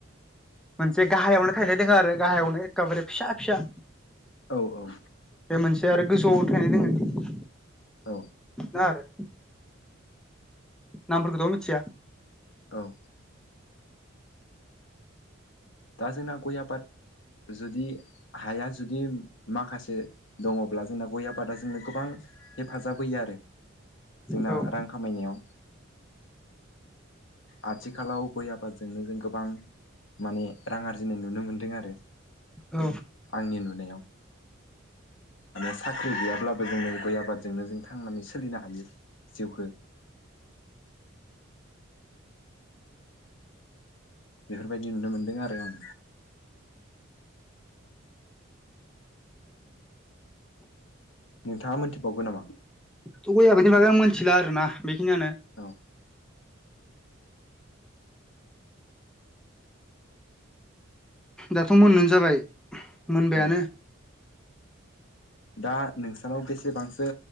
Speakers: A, in the centre; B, on the left.
A: मोनसे गाहायावनो थायनाय दोङो आरो गाहायावनो एखेबारे फिसा फिसा।
B: औ औ।
A: बे मोनसे आरो गोजौआव थायनाय दोङो
B: औ
A: बेनो आरो नामफोरखोथ' मिथिया।
B: औ दा जोंना गय आबाद जुदि हाया जुदि माखासे दङ'ब्ला जोंना गय आबादा जोंनो गोबां हेफाजाब होयो आरो जोंना
A: औ
B: रां खामायनायाव। आथिखालाव गय आबादजोंनो जों गोबां माने रां आरजिनाय नुनो मोनदों आरो
A: औ
B: आंनि नुनायाव। माने साख्रि गैयाब्लाबो जोंनो गय आबादजोंनो जों थांनानै सोलिनो हायो जिउखो। बेफोरबायदि नुनो मोन्दों आरो आं। नोंथाङा मोनथिबावगौ नामा
A: थ' गय आबादनि बागै आं मोनथिला आरोना बेखिनियानो।
B: औ।
A: दाथ' मोन्नोनो जाबाय मोनबायानो।
B: औ दा नोंसानाव बेसेबांसो